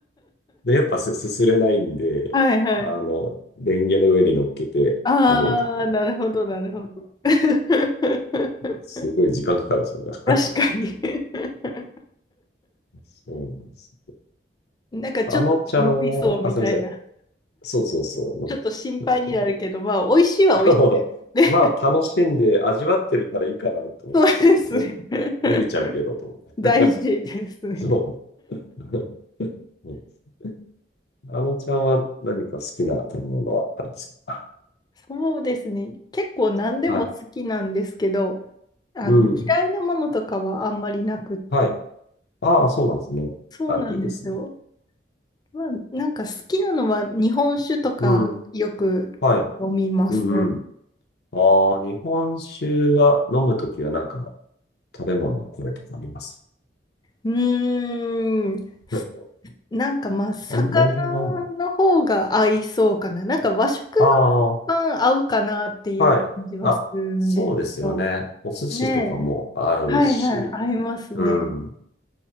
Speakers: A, on the left; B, on the left.
A: で、やっぱすすすれないんで、
B: はいはい。
A: あの、レンゲの上に乗っけて食べるとか、
B: ああ、なるほどなるほど。<laughs>
A: すごい時間かかるんですよね。
B: 確かに。<laughs>
A: <laughs> そうなんです。
B: なんかちょっと伸びそうみたいな。
A: あのちゃんは、あ、すいません。そうそうそう、のび、
B: ちょっと心配になるけど、
A: のびちゃんだ。<laughs>
B: まあ、美味しいは美味し
A: でもまあ、
B: い。ね、
A: 楽しんで味わってるからいいかなと思って、
B: <laughs> そうですね。
A: のび、のびちゃうけどと思って。
B: <laughs> 大事ですね。
A: <laughs> そう。<laughs> そうですあのちゃんは何か好きな食べ物はあるんですか
B: そうですね。結構何でも好きなんですけど、
A: はい。
B: あの、
A: うん。
B: 嫌いなものとかはあんまりなくって。
A: はい。ああ、そうなんですね。
B: そうなんですよ。
A: あ、いいですね。
B: まあ、なんか好きなのは日本酒とかよく飲みます。
A: うん。はい。うんうん。ああ、日本酒は飲むときはなんか食べ物はこれとかあります。
B: うーん。好
A: <laughs>
B: なんかまあ、魚の方が合いそうかな。
A: な、なんでも合う。
B: なんか和食は一番合うかなっていう感じはするんですけど。
A: ああ、はい。あ、そうですよね。お寿司とかも合うし。
B: ねえ。はいはい、合いますね。
A: うん。